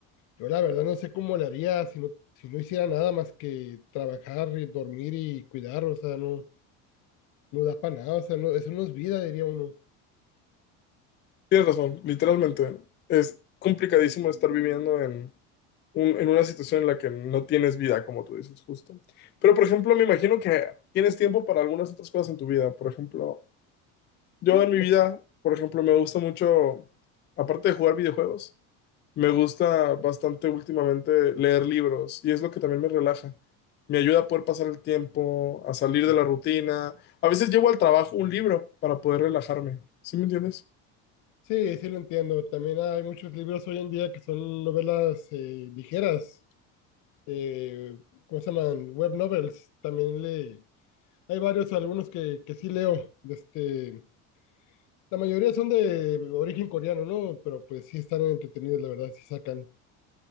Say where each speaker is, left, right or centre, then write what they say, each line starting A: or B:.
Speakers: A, on the left; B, on the left.
A: Yo la verdad no sé cómo le haría si no, si no hiciera nada más que trabajar, y dormir y cuidar, o sea, no, no da para nada, o sea, no, eso no es vida, diría uno.
B: Tienes razón, literalmente. Es complicadísimo estar viviendo en, un- en una situación en la que no tienes vida, como tú dices, justo. Pero, por ejemplo, me imagino que tienes tiempo para algunas otras cosas en tu vida. Por ejemplo, yo
A: Sí,
B: en
A: pues
B: mi vida, por ejemplo, me gusta mucho, aparte de jugar videojuegos, me gusta bastante últimamente leer libros y es lo que también me relaja. Me ayuda a poder pasar el tiempo, a salir de la rutina. A veces llevo al trabajo un libro para poder relajarme. ¿Sí me entiendes?
A: sí, sí lo entiendo. También hay muchos libros hoy en día que son novelas eh, ligeras, eh, ¿cómo se llaman? Web novels. También le, hay varios, algunos que, que sí leo. de Este, la mayoría son de origen coreano, ¿no? Pero pues sí están entretenidos, la verdad, sí sacan,